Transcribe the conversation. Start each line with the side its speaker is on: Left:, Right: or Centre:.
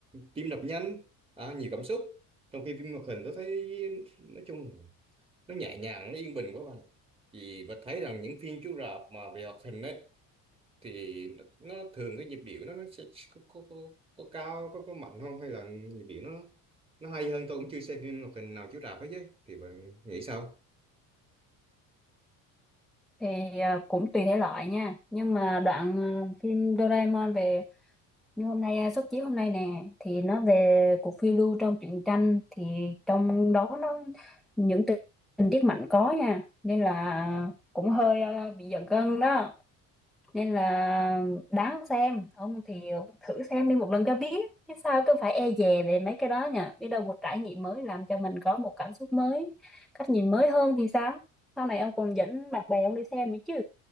Right: tim đập nhanh à, nhiều cảm xúc trong khi phim hoạt hình tôi thấy nói chung là nó nhẹ nhàng nó yên bình quá bạn ạ vì và thấy rằng những phim chiếu rạp mà về hoạt hình ấy thì nó nó thường cái nhịp điệu nó nó sẽ có, có, có, có cao có có mạnh không hay là nhịp điệu nó nó hay hơn tôi cũng chưa xem phim hoạt hình nào chiếu rạp hết chứ thì bạn nghĩ sao
Centre: thì ờ, cũng tùy thể loại nha nhưng mà đoạn ờ, phim Doraemon về như hôm nay ờ, suất chiếu hôm nay nè thì nó về cuộc phiêu lưu trong truyện tranh thì trong đó nó những tình tình tiết mạnh có nha nên là cũng hơi ờ, bị giật gân đó nên là đáng xem ông thì thử xem đi một lần cho biết chứ sao cứ phải e dè về mấy cái đó nha biết đâu một trải nghiệm mới làm cho mình có một cảm xúc mới cách nhìn mới hơn thì sao sau này ông còn dẫn bạn bè ông đi xem nữa chứ